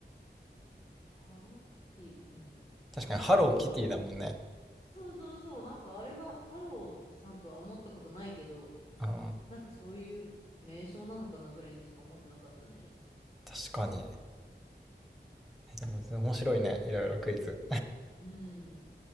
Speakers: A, on the left; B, in the centre.
A: ハローキティ。うん。
B: 確かに、ハローキティだもんね。
A: 面白い。そうそうそう。なんかあれがハローさんとは思ったことないけど、
B: うん。
A: なんかそういう名称なのかなぐらいにしか思ってなかったね。
B: 確かに。でも面白いね。いろいろクイズ。
A: うん。